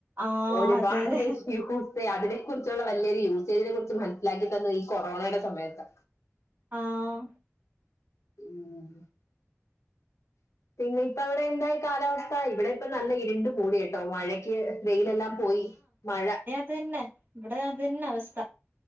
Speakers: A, on the right; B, on the left.
A: ആഹ്
B: ഒരുപാട്
A: അതെ അതെ
B: ഹ് യൂസ് അതിനെ കുറിച്ചുള്ള വലിയൊരു യൂസേജിനെ കുറിച്ച് മനസ്സിലാക്കി തന്നത് ഈ കൊറോണയുടെ സമയത്താ.
A: ആഹ്.
B: <unintelligible> പിന്നെ ഇപ്പ അവിടെ എന്തായി കാലാവസ്ഥ ഇവിടെ ഇപ്പ നല്ല ഇരുണ്ട് മൂടിയേട്ടോ മഴ ക്ക്‌ വെയിലെല്ലാം പോയി മഴ
A: ത്തന്നെ ഇവിടെ അത് തന്ന അവസ്ഥ